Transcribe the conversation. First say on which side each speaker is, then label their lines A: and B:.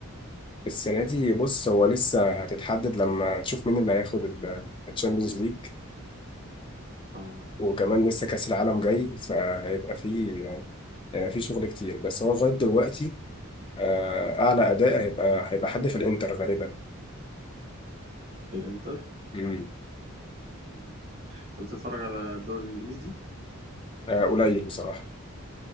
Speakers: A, on the left; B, on the right.
A: السنة دي بص هو لسه هتتحدد لما نشوف مين اللي هياخد الشامبيونز ليج
B: اه
A: وكمان لسه كأس العالم جاي فهيبقى فيه آه، في شغل كتير بس هو لغاية دلوقتي آه، أعلى أداء هيبقى هيبقى حد في الإنتر غالبا
B: الانتر
A: مم.
B: مم. انت بتتفرج على الدوري الانجليزي
A: آه، قليل بصراحة